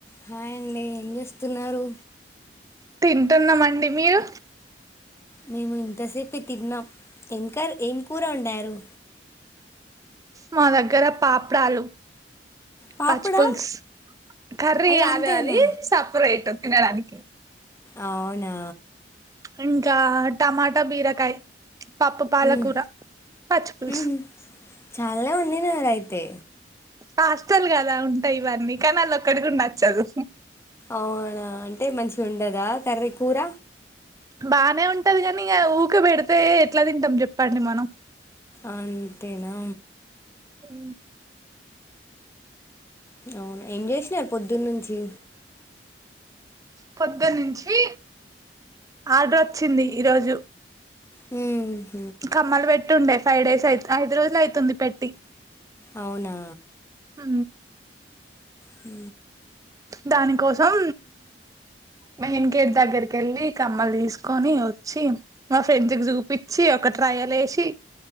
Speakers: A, on the left; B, on the right.
A: హాయండి ఏం చేస్తున్నారు
B: తింటున్నామండి మీరు
A: మేము ఇంతసేపు తిన్నాం ఏం క ఏం కూర ఉండారు
B: మా దగ్గర పాపడాలు
A: పాపడా
B: పచ్చిపుుల్స్ కర్రీ
A: అయ్యో అంతేనా
B: అది అది సపరేట్ విన్న రాదిిక
A: అవునా
B: ఇంకా టమాటా బీరకాయ పాప్పు పాలకూర
A: ఉమ్
B: పచ్చిపుల్సు
A: ఉహు చాలా వండినార అయితే
B: హాస్టల్ కదా ఉంటాయి ఇవన్నీ కానీ అళ్ళ ఒక్కడికి ఉండొచ్చదు
A: అవునా అంటే మంచిగా ఉండదా కర్ర కూర
B: బానే ఉంటది కాని ఇక ఊకబడితే ఎట్లా తింటాం చెప్పండి మనం
A: అంతేనా
B: అ
A: అవునా ఏం చేసినారు పొద్దున్న నుంచి
B: పొద్దుదు నుంచి ఆర్డర్ వచ్చింది ఈరోజు
A: హ
B: కమ్మలు పెట్టుండే ఫైవ్ డేస్ అయి ఐదు రోజులు అవుతుంది పెట్టి
A: అవునా
B: ఆ
A: హ
B: దాని కోసం మెహన్ గేట్ దగ్గరికి వెళ్ళి కమ్మలు తీసుకొని వచ్చి మా ఫ్రెండ్స్కి చూపచ్చి ఒక ట్రయల్ ఏషి